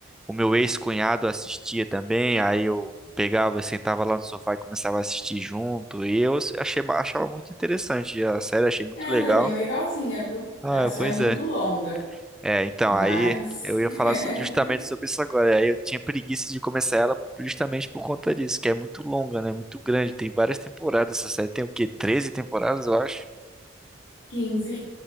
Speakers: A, in the centre; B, on the left.
A: o meu ex-cunhado assistia também, aí eu pegava, sentava lá no sofá e começava a assistir junto, e eu achei, achava muito interessante a série, achei muito
B: É,
A: legal.
B: Ela é bem legalzinha, viu?
A: Ah,
B: Ela só
A: pois
B: é muito
A: é.
B: longa,
A: É, então,
B: mas
A: aí eu ia
B: <laughs>
A: falar so- justamente sobre isso agora, aí eu tinha preguiça de começar ela justamente por conta disso, que é muito longa, né, muito grande, tem várias temporadas essa série, tem o quê? treze temporadas, eu acho?
B: 15.